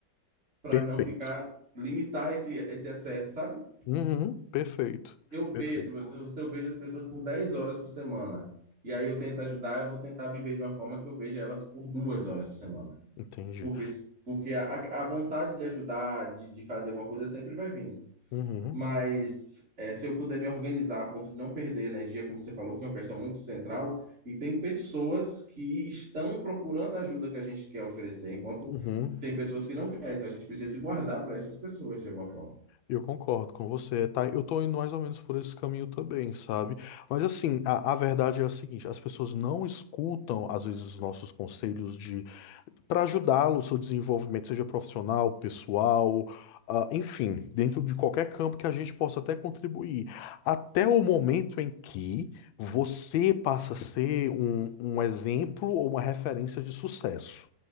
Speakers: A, on the right; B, on the left.
A: para
B: Perfeito.
A: não ficar, limitar esse, esse acesso, sabe?
B: Uhum, perfeito.
A: Se eu
B: Perfeito.
A: vejo, se eu se eu vejo as pessoas por 10 horas por semana e aí eu tento ajudar, eu vou tentar viver de uma forma que eu veja elas por duas horas por semana.
B: Entendi.
A: Porque, porque a, a vontade de ajudar, de, de fazer alguma coisa sempre vai vir.
B: Uhum,
A: Mas é, se eu puder me organizar a ponto de não perder energia, como você falou, que é uma questão muito central, e tem pessoas que estão procurando a ajuda que a gente quer oferecer, enquanto
B: uhum.
A: tem pessoas que não querem, então a gente precisa se guardar para essas pessoas de alguma forma.
B: Eu concordo com você, tá? Eu tô indo mais ou menos por esse caminho também, sabe? Mas assim, a, a verdade é a seguinte, as pessoas não escutam, às vezes, os nossos conselhos de para ajudá-lo no seu desenvolvimento, seja profissional, pessoal, ah, enfim, dentro de qualquer campo que a gente possa até contribuir. Até o momento em que você passa a ser um, um exemplo ou uma referência de sucesso.